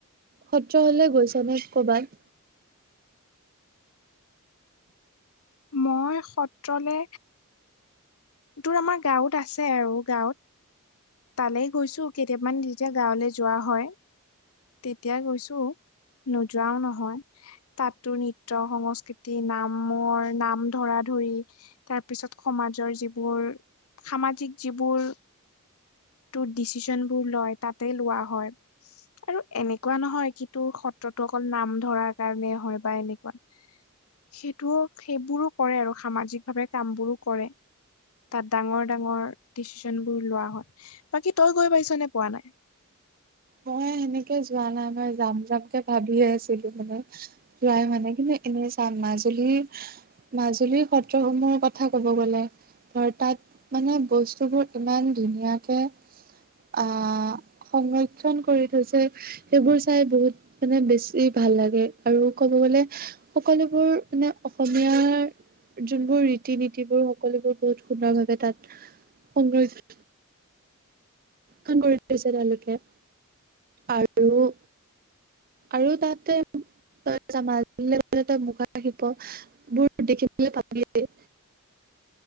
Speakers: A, on the right; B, on the left.
A: সত্ৰলে গৈছ নে কৰ'বাত?
B: মই সত্ৰলে তোৰ আমাৰ গাঁৱত আছে আৰু গাঁৱত। তালেই গৈছো কেইটামান যেতিয়া গাঁৱলৈ যোৱা হয়। তেতিয়া গৈছো নোযোৱাও নহয়। তাত তোৰ নিত্য সংস্কৃতি নামৰ নাম ধৰা-ধৰি তাৰ পিছত সমাজৰ যিবোৰ সামাজিক যিবোৰ তোৰ ডিচিশনবোৰ লয় তাতেই লোৱা হয়। আৰু এনেকুৱা নহয়, কি তোৰ সত্ৰতো অকল নাম ধৰাৰ কাৰণে, হয় বা এনেকুৱা। সেইটোও সেইবোৰো কৰে আৰু সামাজিক ভাৱে কাম বোৰো কৰে। তাত ডাঙৰ ডাঙৰ ডিচিশন বোৰ লোৱা হয়, বাকী তই গৈ পাইছ নে পোৱা নাই?
A: মই সেনেকে যোৱা নাই, মই যাম যামকে ভাবিয়ে আছিলো মানে। যোৱাই হোৱা নাই কিন্তু এনে চা মাজুলীৰ মাজুলীৰ সত্ৰসমূহৰ কথা কব গ'লে ধৰ তাত মানে বস্তুবোৰ ইমান ধুনীয়াকে অহ সংৰক্ষণ কৰি থৈছে। সেইবোৰ চাই বহুত মানে বেছি ভাল লাগে, আৰু ক'ব গ'লে সকলোবোৰ মানে অসমীয়াৰ যোনবোৰ ৰীতি ৰীতি-নীতিবোৰ সকলোবোৰ বহুত সুন্দৰ ভাৱে তাত সংৰক্ষণ কৰি থৈছে তেওঁলোকে, আৰু আৰু তাতে তই চা মাজুলী গ'লে তই মুগা শিল্প বোৰ দেখিবলৈ পাবিয়েই।